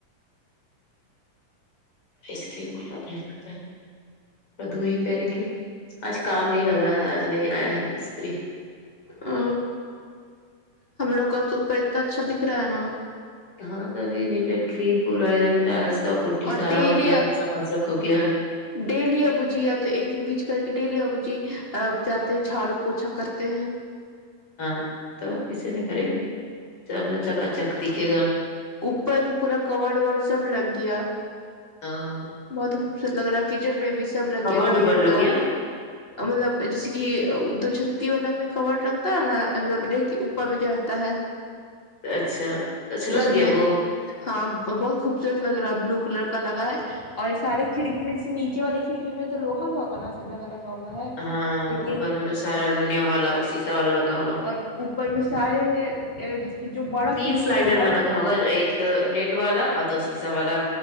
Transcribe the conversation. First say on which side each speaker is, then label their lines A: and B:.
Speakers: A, on the left (about 40°); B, on the left (about 20°).
A: آئس کریم وال اھا لگتا ہے اور دوری پہرے کے آج کام نہیں لگا ہے آج نہیں آیا ہے مستری
B: ا ہم لوگ کا تو اوپر اتنا اچھا دکھ رہا ہے نا
A: ہاں سبھی نیٹ اینڈ کلین پورا ایک دم چال سا پٹی
B: اور
A: سارا
B: ڈیلی
A: ہو گیا ہے سکاچک ہو گیا ہے
B: ڈیلی ابو جی یا تو ایک دن بیچ کر کے ڈیلی ابو جی جاتے ہیں جھاڑو پوچھا کرتے ہیں
A: ہاں تو کسے نہیں کرے گی جب نا چکا چک دکھے گا
B: اوپر بھی پورا کورور وور سب لگ گیا
A: ہاں
B: بہت خوبصورت لگ رہا کچن میں بھی سب لگیا
A: کبڈ
B: گیٹ
A: ابڈ لگ
B: اور
A: گیا
B: مطلب جیسے کہ دو چھتی والا میں کورڈ رکھتا ہے نا مطلب پر میں ج رہتا ہے
A: اچھا اچھا لگ
B: اس میں
A: گیا وہ
B: ہاں بہت خوبصورت لگ رہا بلو کلر کا لگا ہے اور سارے کھڑکی میں جیسے نیچے والے کھڑکی میں تو لوہا لوا نا سب جگہ لگا ہوا ہے
A: ہاں
B: لیکن
A: اوپر میں تو سارا المنیم والا سیسا والا لگا ہوگا
B: اور اوپر میں سارے میں جس کی جو بڑا
A: تین
B: کھڑکی
A: سلائڈر
B: جو بڑا
A: نہ لگا ایک نیٹ والا اور دو سیسا والا